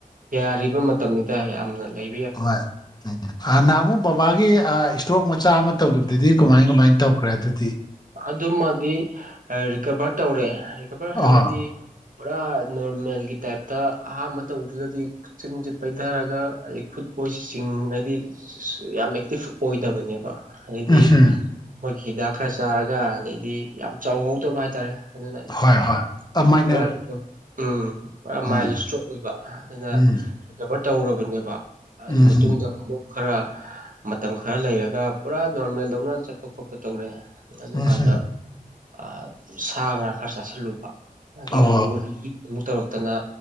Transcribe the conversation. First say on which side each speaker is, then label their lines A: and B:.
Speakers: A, on the right (about 65°); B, on the left (about 30°).
A: ꯌꯥꯔꯤꯕ ꯃꯇꯝꯅꯤꯗ ꯌꯥꯝꯅ ꯂꯩ
B: ꯍꯣꯏ ꯍꯥꯟꯅ ꯑꯃꯨꯛ ꯕꯥꯕꯥꯒꯤ ꯑꯥ ꯏꯁ ꯇ꯭ꯔꯣꯛ ꯃꯆꯥ ꯑꯃ ꯇꯧꯈꯤꯕꯗꯨꯗꯤ ꯀꯃꯥꯏꯟ ꯀꯃꯥꯏꯟ ꯇꯧꯈ꯭ꯔꯦ ꯑꯗꯨꯗꯤ
A: ꯑꯗꯨꯃꯗꯤ ꯔꯤꯀꯚꯔ ꯇꯧꯔꯦ ꯔꯤꯀꯚꯔ ꯍꯥꯏꯕꯗꯤ
B: ꯑꯣ ꯎꯝ
A: ꯄꯨꯔꯥ ꯅꯣꯔꯃꯦꯜꯒꯤ ꯇꯥꯏꯞꯇ ꯑꯍꯥꯟꯕ ꯇꯧꯕꯗꯨꯗꯗꯤ ꯆꯤꯟꯁꯤ ꯄꯩꯊꯔꯒ ꯑꯗꯩ ꯈꯨꯠ ꯑꯣꯏꯁꯤ ꯆꯤꯡꯒ꯭ꯔꯗꯤ ꯌꯥꯝ ꯑꯦꯛꯇꯤꯚ ꯑꯣꯏꯗꯕꯅꯦꯕ ꯑꯗꯩꯗꯤ
B: ꯍꯝ
A: ꯃꯈꯣꯏꯒꯤ ꯍꯤꯗꯥꯛ ꯈꯔ ꯆꯥꯔꯒ ꯑꯗꯩꯗꯤ ꯌꯥꯝ ꯆꯥꯎꯍꯧꯗꯕ ꯍꯥꯏꯇꯔꯦ ꯑꯗꯨꯅ
B: ꯍꯣꯏ ꯍꯣꯏ ꯃꯥꯏꯅꯔ
A: ꯄꯨꯔꯥ ꯎꯝ ꯄꯨꯔꯥ ꯃꯥꯏꯜ
B: ꯎꯝ
A: ꯏꯁꯇ꯭ꯔꯣꯛ ꯑꯣꯏꯕ ꯑꯗꯨꯅ
B: ꯎꯝ
A: ꯔꯤꯀꯚꯔ ꯇꯧꯔꯕꯅꯦꯕ ꯑꯗꯨꯏ
B: ꯎꯝ
A: ꯃꯇꯨꯡꯗ
B: ꯍꯝ
A: ꯑꯃꯨꯛ ꯈꯔ ꯃꯇꯝ ꯈꯔ ꯂꯩꯔꯒ ꯄꯨꯔꯥ ꯅꯣꯔꯃꯦꯜꯗꯧꯅ ꯆꯠꯄ ꯈꯣꯠꯄ ꯇꯧꯔꯦ ꯑꯗꯨꯀꯥꯟꯗ
B: ꯎꯝ ꯍꯝ
A: ꯑ ꯁꯥ ꯉꯥ ꯈꯔ ꯆꯥꯁꯤꯜꯂꯨꯕ ꯑꯗꯒꯤ
B: ꯑꯣ
A: ꯑꯃꯨꯛ <unintelligible> ꯑꯃꯨꯛ ꯇꯧꯔꯛꯇꯅ